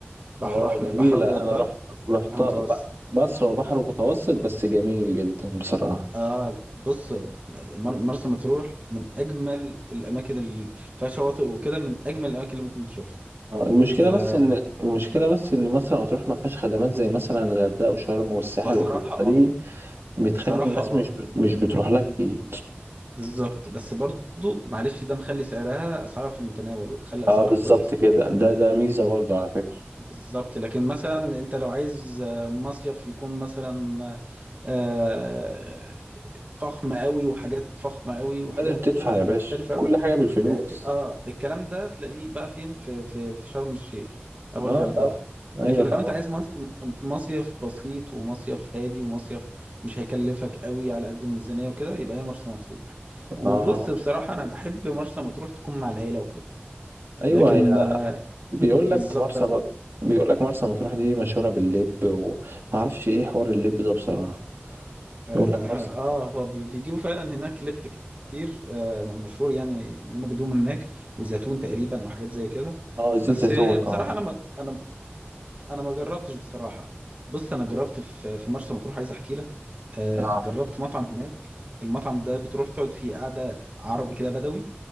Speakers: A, on the right (about 35°); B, on the right (about 65°).
A: بحر
B: اه
A: أحم...
B: جميله
A: بحر ابيض
B: انا
A: بقى
B: رحت رحت
A: بحر متوسط
B: مصر وبحر متوسط بس جميل جدا بصراحه
A: اه بص مر... مرسى مطروح من اجمل الاماكن اللي فيها شواطئ وكده من اجمل الاماكن اللي ممكن تشوفها
B: آه، المشكلة
A: آه
B: بس إن المشكلة بس إن مرسى مطروح ما فيهاش خدمات زي مثلا الغردقة وشرم والساحل
A: بصراحه
B: وكده فدي
A: اه
B: بتخلي
A: بصراحه
B: الناس
A: اه
B: مش بت- مش بتروح لها كتير
A: بالظبط بس برضو معلش ده مخلي سعرها اسعارها في المتناول ومخلي
B: اه
A: اسعارها
B: بالظبط
A: كويسه
B: كده ده ده ميزة برضه على فكرة
A: بالظبط لكن مثلا انت لو عايز آه، مصيف يكون مثلا آه، فخم قوي وحاجات فخمة قوي وحاجات
B: لازم تدفع
A: آه،
B: يا باشا
A: مختلفة قوي
B: كل حاجة بالفلوس
A: اه آه، الكلام ده تلاقيه بقى فين في في في شرم الشيخ او
B: اه
A: الغردقة
B: طبعا ايوه
A: لكن
B: طبعا
A: لو انت عايز مص- مصيف بسيط ومصيف هادي ومصيف مش هيكلفك قوي على قد الميزانية وكده يبقى هي مرسى مطروح
B: اه
A: وبص بصراحة انا بحب مرسى مطروح تكون مع العيلة وكده
B: ايوه
A: لكن
B: هي
A: آه،
B: بيقول
A: بالظبط
B: لك مرسى مط... بيقول لك مرسى مطروح دي مشهورة باللب وما اعرفش ايه حوار اللب ده بصراحة
A: اه
B: بيقول لك مرسى
A: آه، هو بي- بيجيبوا فعلا هناك لب كتير آه مشهور يعني ان هم بيجيبوا من هناك وزيتون تقريبا او حاجات زي كده
B: اه زيت
A: بس
B: زيتون
A: آه، بصراحه
B: اه
A: انا ما انا انا ما جربتش بصراحه بص انا جربت في في مرسى مطروح عايز احكي لك آه
B: اه
A: جربت مطعم هناك المطعم ده بتروح تقعد فيه قعده عربي كده بدوي